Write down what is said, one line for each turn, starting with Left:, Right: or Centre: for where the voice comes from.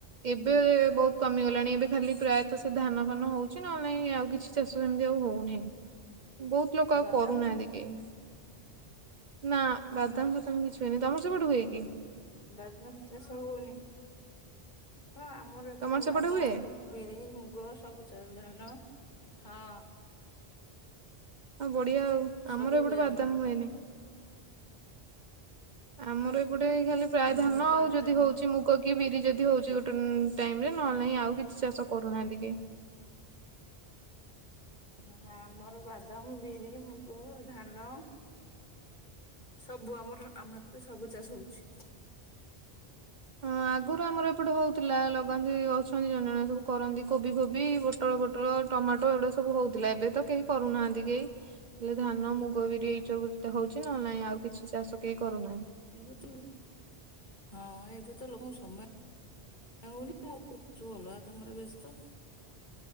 Right: ଏବେ ବହୁତ୍ କମିଗଲାଣି ଏବେ ଖାଲି ପ୍ରାୟତଃ ସେ ଧାନ ଫାନ ହଉଛି ନହଲେ ନାହିଁ ଆଉ କିଛି ଚାଷ ସେମିତି ଆଉ ହଉନି। ହେଇନି ବହୁତ୍ ଲୋକ ଆଉ
Left: ବାଦାମ
Right: କରୁନାହାନ୍ତି କେହି ନା। ବାଦାମ ଫାଦାମ କିଛି ହୁଏନି ତମର ସେପଟେ ହୁଏକି?
Left: ବାଦାମ ଚାଷ ହଉନି? ହଁ ଆମର ଏପଟେ
Right: ତମର ସେପଟେ
Left: ବାଦାମ
Right: ହୁଏ
Left: ବିରି ମୁଗ ସବୁ ଚା ଧାନ ହଁ।
Right: ଆଉ ବଢିଆ ଆଉ
Left: ସବୁ
Right: ଆମର ଏପଟେ
Left: ହୁଏ
Right: ବାଦାମ
Left: ଆମ
Right: ହୁଏନି। ଆମର ଏପଟେ ଖାଲି ପ୍ରାୟ
Left: ଆମର
Right: ଧାନ
Left: ବାଦାମ
Right: ଆଉ ଯଦି ହଉଛି ମୁଗ କି ବିରି ଯଦି ହଉଛି ଗୋଟେ <unintelligible> ଟାଇମ୍ ରେ ନହେଲେ ନାହିଁ ଆଉ କିଛି ଚାଷ କରୁନାହାନ୍ତି କେହି।
Left: ନା ଆମର ବାଦାମ ବିରି ମୁଗ ଧାନ ସବୁ ଆମର ଆମ ଏପଟେ ସବୁ ଚାଷ ହଉଛି।
Right: ହଁ, ଆଗରୁ ଆମର ଏପଟେ ହଉଥିଲା ଲଗାନ୍ତି ଅଛନ୍ତି ଜଣେ ଜଣେ, ସବୁ କରନ୍ତି କୋବି ଫୋବି ପୋଟଳ ଫୋଟଳ ଟମାଟୋ ଏଗୁଡା ସବୁ ହଉଥିଲା ଏବେ ତ କେହି କରୁନାହାନ୍ତି କେହି ହେଲେ ଧାନ, ମୁଗ, ବିରି ଏଇ ସବୁ <unintelligible> ହଉଛି ନହଲେ ନାଇଁ ଆଉ କିଛି ଚାଷ କେହି କରୁନାହାନ୍ତି।
Left: ଏବେ ତ ହଁ ଏବେ ତ ଲୋକଙ୍କୁ ସମୟ ହଉନି ଆଉ ସବୁ ଅଲଗା କାମରେ ବ୍ୟସ୍ତ।